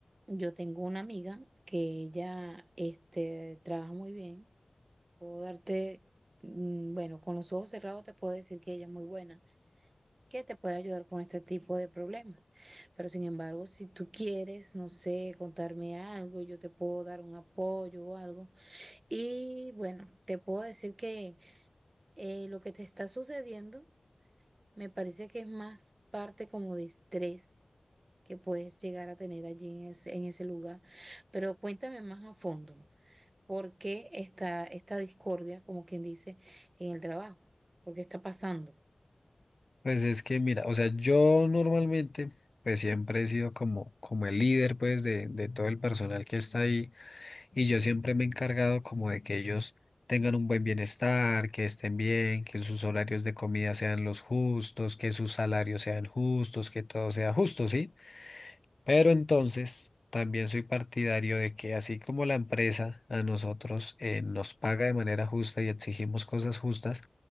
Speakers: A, on the right; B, on the left.
A: yo tengo una amiga que ella, este, trabaja muy bien. Puedo darte, mm, bueno, con los ojos cerrados te puedo decir que ella es muy buena. que te puede ayudar con este tipo de problemas. Pero sin embargo, si tú quieres, no sé, contarme algo, yo te puedo dar un apoyo o algo. Y bueno, te puedo decir que eh, lo que te está sucediendo me parece que es más parte como de estrés que puedes llegar a tener allí en ese, en ese lugar. Pero cuéntame más a fondo, ¿por qué está esta discordia, como quien dice, en el trabajo? ¿Por qué está pasando?
B: Pues es que mira, o sea, yo normalmente pues siempre he sido como como el líder pues de de todo el personal que está ahí. Y yo siempre me he encargado como de que ellos tengan un buen bienestar, que estén bien, que sus horarios de comida sean los justos, que sus salarios sean justos, que todo sea justo, ¿sí? Pero entonces también soy partidario de que así como la empresa a nosotros eh, nos paga de manera justa y exigimos cosas justas,